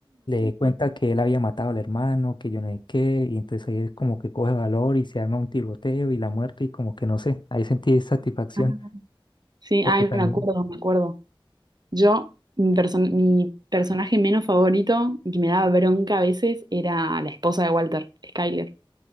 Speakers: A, on the left; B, on the right.
A: le cuenta que él había matado al hermano, que yo no sé qué, y entonces ahí es como que coge valor y se arma un tiroteo y la muerte y como que no sé, ahí sentí satisfacción
B: ah, sí,
A: porque
B: ay,
A: también,
B: me acuerdo, me acuerdo. Yo, mi, person- mi personaje menos favorito, y que me daba bronca a veces, era la esposa de Walter, Skyler.